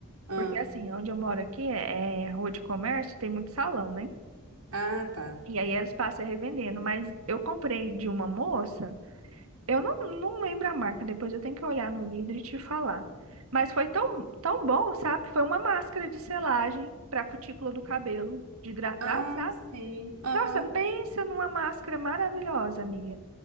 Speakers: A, on the right; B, on the right.
A: Ah,
B: Porque assim, onde eu moro aqui é, é rua de comércio, tem muito salão, né?
A: ah, tá.
B: E aí eles passam revendendo, mas eu comprei de uma moça, eu não, não lembro a marca, depois eu tenho que olhar no vidro e te falar. Mas foi tão, tão bom, sabe? Foi uma máscara de selagem para cutícula do cabelo, de hidratar,
A: Ah,
B: sabe?
A: sim. Aham.
B: Nossa, pensa numa máscara maravilhosa, amiga.